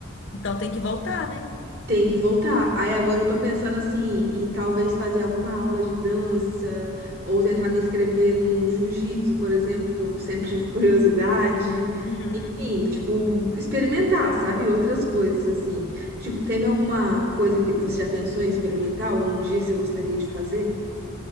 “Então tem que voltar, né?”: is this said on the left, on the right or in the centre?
Left